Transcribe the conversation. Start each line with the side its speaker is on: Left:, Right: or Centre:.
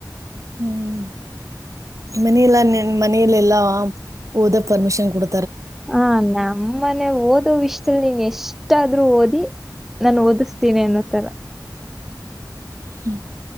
Right: ಹ್ಮ್ ಮನಲ್ಲ ಮನಲೆೆಲ್ಲಾ ಓದಕ್ ಪರ್ಮಿಷನ್ ಕೊಡ
Centre: ಹಾ ನಮ್ಮನೆ ಓದ ವಿಷಯ ದಲ್ಲಿ ಇಷ್ಟಲ್ ನೀನ್ ಎಷ್ಟ ಅಷ್ಟಾದ್ರೂ ಓದಿ ನಾನು ಓದಿಸ್ತೀನಿ ಅನ್ನೋತರ
Right: ಹ್ಮ್